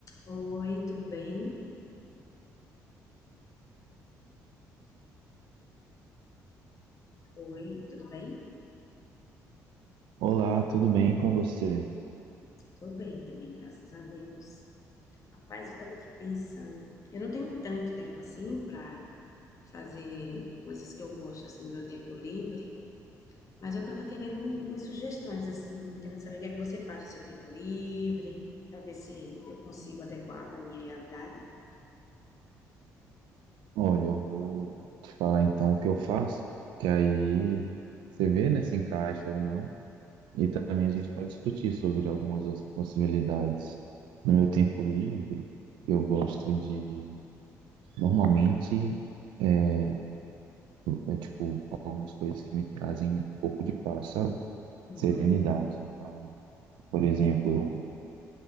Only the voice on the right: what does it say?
Olá, tudo bem com você?
Olha, eu vou te falar então o que eu faço, que aí você vê, né, se encaixa ou não, e também a gente pode discutir sobre algumas outras possibilidades. No meu tempo livre, eu gosto de, normalmente, é é, tipo, algumas coisas que me trazem um pouco de paz, sabe?
Serenidade. Então, por exemplo, eu